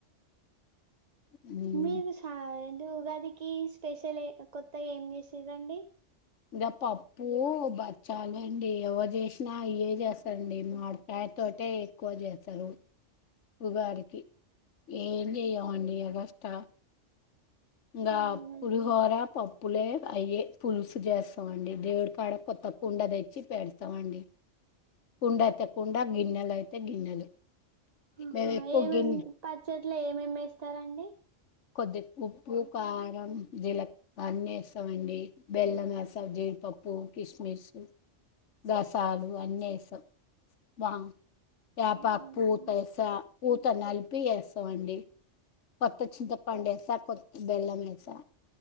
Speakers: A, on the left; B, on the right.
A: ఉమ్
B: మీరు సా ఏంటి ఉగాదికి స్పెషల్ కొత్తగా ఏం చేసిర్రాండి
A: ఇంగా పప్పు బచ్చాలండి ఎవరు చేసినా అయ్యే చేస్తారండి మాడ్ కాయ తోటే ఎక్కువ చేస్తారు ఉగాదికి ఏం చెయవండి ఎగాస్టా ఇంగా
B: అవునండి
A: పులిహోర పప్పులే అయే పులుసు జేస్తామండి దేవుడికడ కొద్ కుండ తెచ్చి పెడతామండి కుండ అయితే కుండ గిన్నెలు అయితే గిన్నెలు
B: ఆహ
A: మేము ఎక్కువ
B: ఏమేమి
A: గిన్నె
B: పచ్చట్ల ఏమేమి వేస్తారండి
A: కొద్ది ఉప్పు కారం జీలక్ అన్నీ వేస్తామండి బెల్లం వేస్తా జ పప్పు కిస్మిసు రసాలు అన్నేస్తాం వా ఏపాకు
B: అవునా
A: పూత వేస్తా పఊత నలిపి వేస్తామండి కొత్త చింతప్పండెస కొత్త బెల్లమేస